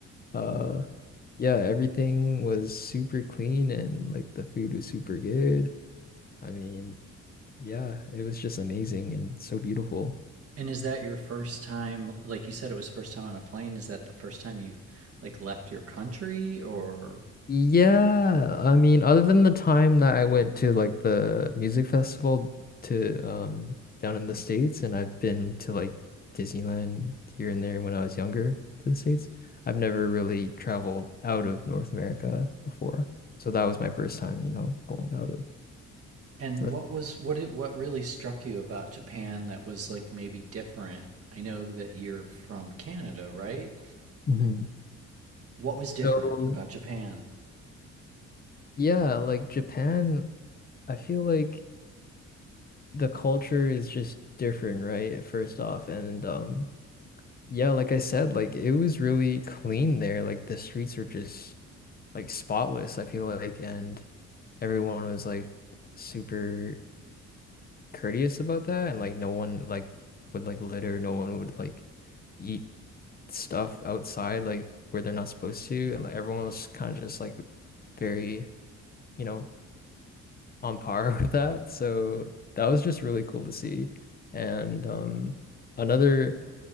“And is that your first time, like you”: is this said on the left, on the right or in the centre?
Right